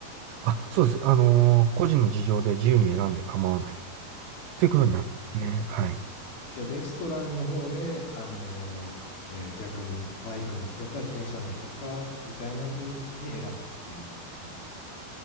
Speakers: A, on the right; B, on the left.
A: あ、そうです。あのー個人の事情で自由に選んで構わない。ということになってますね。はい。
B: じゃあ、レストランの方で、あのーえー逆にバイクの人か自転車の人かみたいな風に選ぶっていう感じなんですか